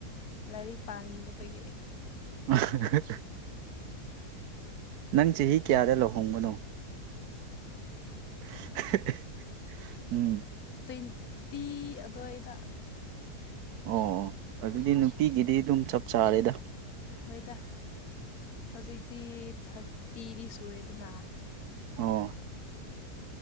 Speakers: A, on the left; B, on the right.
A: ꯂꯥꯏꯔꯤꯛ ꯄꯥꯅꯤꯡ ꯗꯕ ꯒꯤ
B: ꯑꯍꯍꯥ ꯅꯪ ꯆꯍꯤ ꯀꯌꯥꯗ ꯂꯨꯍꯣꯡ ꯕꯅꯣ <inaudible>
A: ꯇ꯭ꯋꯦꯟ ꯇꯤ ꯑꯗꯨꯋꯥꯏꯗ
B: ꯑꯣ ꯑꯣ ꯑꯗꯨꯗꯤ ꯅꯨꯄꯤꯒꯤꯗꯤ ꯑꯗꯨꯝ ꯆꯞ ꯆꯥꯔꯦꯗꯥꯥ
A: ꯍꯣꯏꯗ ꯍꯧꯖꯤꯛꯇꯤ ꯊꯥꯔꯇꯤꯗꯤ ꯁꯨꯔꯦꯗꯅꯥ
B: ꯑꯣ